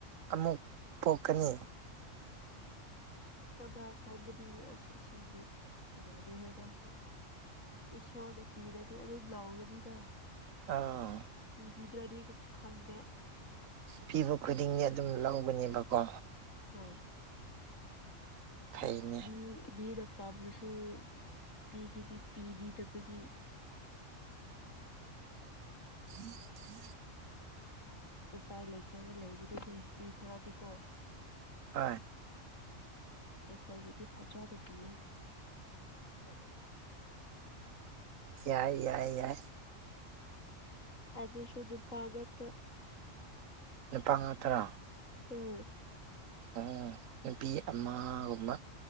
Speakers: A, on the right; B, on the left.
A: ꯑꯃꯨꯛ ꯄꯣꯛꯀꯅꯤ
B: ꯀꯗꯥ ꯐꯗꯕꯤꯗꯤꯣꯦꯦ ꯏꯁꯣꯔꯗ ꯄꯤꯔꯗꯤ ꯑꯗꯨ ꯂꯥꯎꯒꯅꯤꯗ
A: ꯑꯥ
B: ꯕꯤꯗꯗꯤ ꯈꯪꯗꯦ
A: ꯄꯤꯕ ꯈꯨꯗꯤꯡꯒꯤ ꯑꯗꯨꯝ ꯂꯧꯒꯅꯦꯕꯀꯣ
B: ꯍꯣꯏ
A: ꯐꯩꯅꯦ
B: ꯃꯤ ꯃꯤꯗ ꯄꯥꯝꯕꯁꯨ ꯃꯤꯒꯤꯗꯤ ꯄꯤꯕꯤꯗꯕꯒꯤ
A: ꯊ ꯊ
B: ꯎꯄꯥꯏ ꯂꯩꯇ꯭ꯔꯒ ꯂꯩꯕꯗꯤꯁ ꯃꯤ ꯈꯔꯗꯤꯀꯣ
A: ꯍꯣꯏ
B: ꯑꯩꯈꯣꯏꯒꯤꯗꯤ ꯐꯖꯗ ꯄꯤꯌꯦ
A: ꯌꯥꯏ ꯌꯥꯏ ꯌꯥꯏ
B: ꯑꯖ ꯁꯨꯗꯨ ꯄꯒꯠꯇ
A: ꯅꯨꯅꯤꯄꯥ ꯇꯔꯥ
B: ꯎꯝ
A: ꯎ ꯅꯨꯄꯤ ꯑꯃꯒꯨꯝꯕ